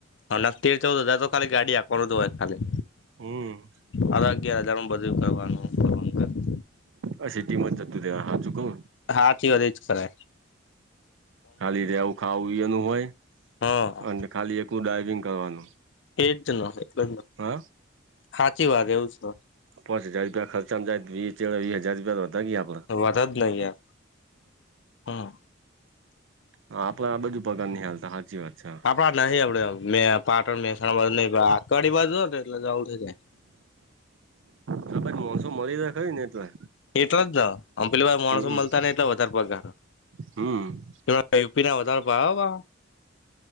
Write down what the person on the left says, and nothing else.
હ ના તેર ચૌદ હજાર તો ખાલી ગાડી આ કર દ હોય ખાલી.
અરે અગિયાર હજારમાં બધું કરવાનું. કરવાનું
હાચી વાત એજ કરે.
હા
એટ જ ન બ.
સાાચી વાત એવું છે.
વધ જ નહીં યાર હમ.
આપડા નહ આપડે મે પાટણ મસાણા ન કડી બાજ જો ને એટલે જવું થઈ જાય.
એટલા જ જા અમ પેલી ભ માણસો
મળતા ને એટ વધારે પગાર.
તારા ટેઈપીનાના વધારે ભાવે.